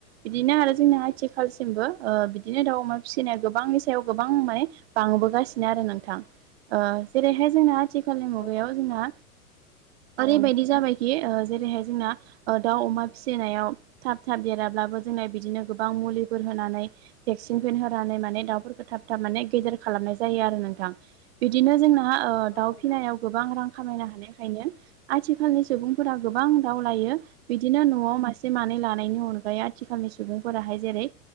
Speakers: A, on the right; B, on the left.
A: बिदिनो आरो जोंनि आथि खालसिमबो बिदिनो दाउ अमा फिसिनाया गोबांनि सायाव गोबां माने बांबोगासिनो आरो नोंथां ओ जेरैहाय जोंना आथि खालनि
B: नोंथां
A: मुगायाव जोंना ओरैबायदि जाबायखि जेरैहाय जोंना दाउ अमा फिसिनायाव थाब थाब देराब्लाबो जोंना बिदिनो गोबां मुलि होनानै भेकसिन <unintelligible> होनानै माने दाउफोरखौ थाब थाब माने गेदेर खालामनाय जायो आरो नोंथां। बिदिनो जोंना
B: औ
A: दाउ
B: नोंथां
A: फिनायाव गोबां रां खामायनो हानायखायनो आथि खालनि सुबुंफोरा गोबां
B: औ
A: दाव लायो बिदिनो न'आव मासे मानै लानायनि अनगायै आथिखालनि सुबुंफोराहाय जेरै